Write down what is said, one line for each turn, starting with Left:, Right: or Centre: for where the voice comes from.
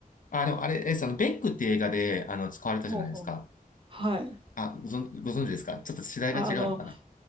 Left: あ、でもあれ、え、その、ベックって映画で、あの、使われたじゃないですか。
Right: ほうほう。はい。
Left: あ、ご存、ご存知ですかちょっと世代が違うのかな。
Right: あ、あの、